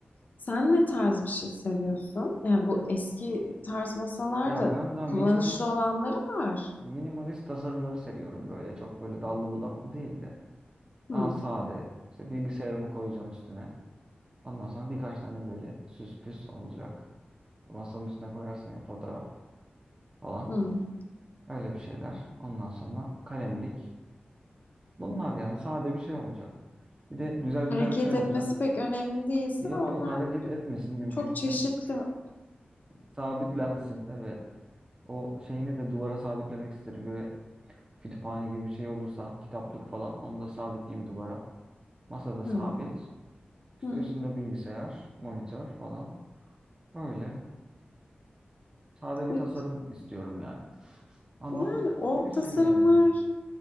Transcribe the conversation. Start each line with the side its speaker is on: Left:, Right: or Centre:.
Left: Sen ne tarz bir şey seviyorsun? Yani bu eski tarz masalarda
Right: Ya ben daha
Left: kullanışlı
Right: minimalist
Left: olanları var.
Right: minimalist tasarımları seviyorum böyle. Çok böyle dallı budaklı değil de
Left: Hmm,
Right: daha sade. İşte bilgisayarımı koyacağım üstüne. Ondan sonra birkaç tane böyle süs püs olacak. Masanın üstüne koyarsın ya fotoğraf. falan.
Left: hmm.
Right: Öyle bir şeyler. Ondan sonra kalemlik. Bunlar yani sade bir şey olacak. Bir de güzel bir
Left: Hareket
Right: tane şey
Left: etmesi
Right: olacak.
Left: pek önemli değilse
Right: Yok
Left: onlar
Right: yok hareket etmesin mümkünse.
Left: çok çeşitli.
Right: Sabitlensin. Evet. O şeyini de duvara sabitlemek isterim. Böyle kütüphane gibi bir şey olursa kitaplık falan onu da sabitleyeyim duvara. Masada
Left: Hmm,
Right: sabit. İşte
Left: hmm.
Right: üstünde bilgisayar, monitör falan. Öyle. Sade bir
Left: E,
Right: tasarım istiyorum yani. Ama
Left: Yani o
Right: bir de şey
Left: tasarımlar...
Right: önemli.